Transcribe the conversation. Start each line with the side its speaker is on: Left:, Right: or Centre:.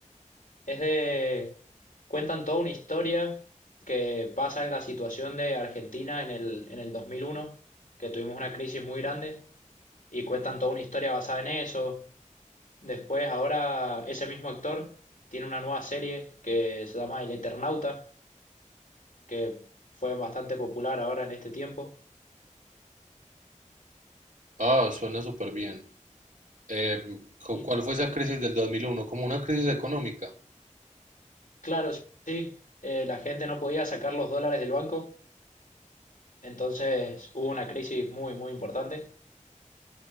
Left: Es de... cuentan toda una historia que pasa en la situación de Argentina en el, en el 2001 que tuvimos una crisis muy grande, y cuentan toda una historia basada en eso. Después, ahora ese mismo actor tiene una nueva serie que se llama El Eternauta, que fue bastante popular ahora en este tiempo.
Right: Ah, suena súper bien. Eh, ¿cu-
Left: Y
Right: ¿cuál fue esa crisis del 2001? Como una crisis económica.
Left: claro, sí, eh, la gente no podía sacar los dólares del banco, entonces hubo una crisis muy, muy importante.